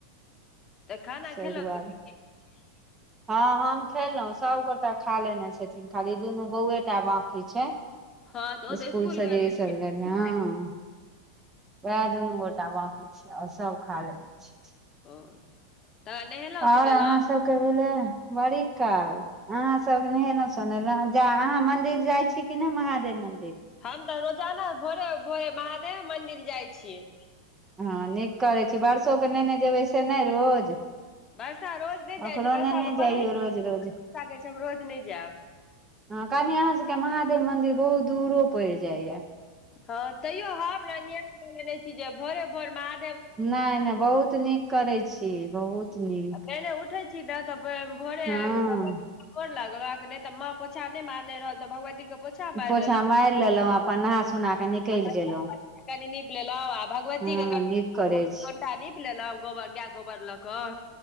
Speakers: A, on the left; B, on the right.
A: तऽ खाना
B: सै
A: खेलक
B: दुआर
A: <unintelligible>
B: हां हम खेलौ सब गोटा खा लेने छथिन खाली दुनू बौआएटा बाकी छैय
A: हँ तऽ ओ
B: इसकुल
A: तऽ स्कूल
B: स
A: गेल
B: जे ई
A: छलखिन
B: सभ लै हँ <inaudible> वैह दुनू गोटा बाँकी छैय और सब खा लेने छै
A: <unintelligible>
B: और
A: सुनेलहुँ
B: अहा सब केँ भेलै बड़ी काल अहा सब क नहेलौ सोनैलो अहाँ मन्दिर जाइ छी की नै महादेव मन्दिर
A: हम तऽ रोजाना भोरे भोरे महादेवे मन्दिर जाइ छियै
B: हँ नीक करै छी बरसो कऽ नेेने जेबै से नै रोज
A: बरसा रोज नै जाइ
B: ओकरो
A: छै बरसा
B: नेने
A: कऽ
B: जइयौ
A: पढे <inaudible> कऽ
B: रोज रोज
A: बरसा कहै छै हम रोज नै जैब
B: हऽ कनी अहा सब केँ महादेव मन्दिर बहुत दूरो पैड़ जाय यऽ
A: ह तैयो हम न नियम कैने रहे छी जे भोरे भोर महा
B: नै नै बहुत नीक करैत छी बहुत नीक
A: पहिले उठैय छी न तऽ भ भोरे
B: हँ
A: <unintelligible> गोर लागलक नै तऽ माँ पोछा नै मारने रहल तऽ भगवती के पौ - -छा माइट
B: पोछा
A: लेलौ
B: मारि
A: <inaudible>
B: लेलहुँ अपन नहा सोना कऽ निकलि
A: आ बजरंगबली
B: गेलहुँ
A: के कनी निप लेलौ आ भगवती
B: हँ
A: ई क <unintelligible>
B: नीक
A: कनियो
B: करै छी
A: कनिटा नीप लेलौं गोबर गाय गोबर लऽ कऽ